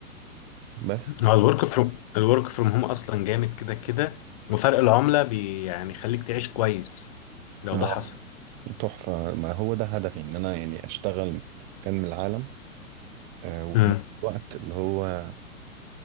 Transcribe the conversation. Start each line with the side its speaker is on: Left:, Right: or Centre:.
Right: بس
Left: هو الورك فروم الورك فروم هوم أصلا جامد كده كده وفرق العملة بي... يعني يخليك تعيش كويس لو
Right: اه
Left: ده حصل
Right: تحفة ما هو ده هدفي ان انا يعني اشتغل من مكان من العالم آه، وفي
Left: مم.
Right: نفس الوقت اللي هو